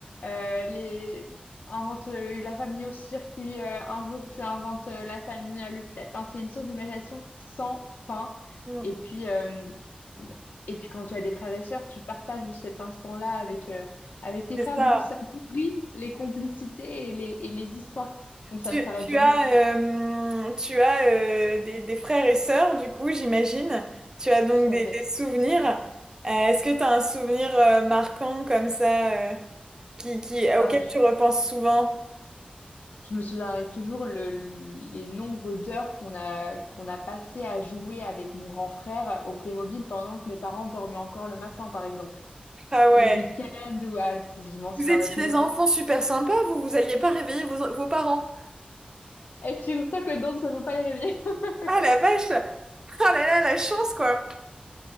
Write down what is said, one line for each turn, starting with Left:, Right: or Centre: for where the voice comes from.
Left: euh, les, inventes euh, la famille au circuit, un jour, tu inventes euh, la famille à l'hôpital. Enfin, c'est une source d'imagination sans fin.
Right: Mm.
Left: Et puis, euh, et puis, quand tu as des frères et sœurs, tu partages cet instant-là avec, euh, avec tes
Right: C'est
Left: frères.
Right: ça.
Left: Du coup, ça nourrit les complicités et les, et les histoires. Donc, ça
Right: Tu,
Left: ne s'arrête
Right: tu
Left: jamais.
Right: as, euh, tu as euh, des, des frères et sœurs, du coup, j'imagine. Tu as donc
Left: Tout
Right: des,
Left: à fait.
Right: des souvenirs. Euh, est-ce que tu as un souvenir euh, marquant comme ça euh, qui, qui, auquel
Left: Ah.
Right: tu repenses souvent?
Left: Je me souviendrai toujours le, les nombres d'heures qu'on a, qu'on a passées à jouer avec mon grand frère au Playmobil pendant que mes parents dormaient encore le matin, par exemple.
Right: Ah ouais.
Left: Le week-end ou... Ah, si, je m'en souviendrai
Right: Vous étiez
Left: toujours.
Right: des enfants super sympas, vous vous alliez pas réveiller vos, vos parents.
Left: Et figure-toi que Dawn, ça ne peut pas les réveiller. <laughs>
Right: Ah la vache! Ah là là, la chance quoi!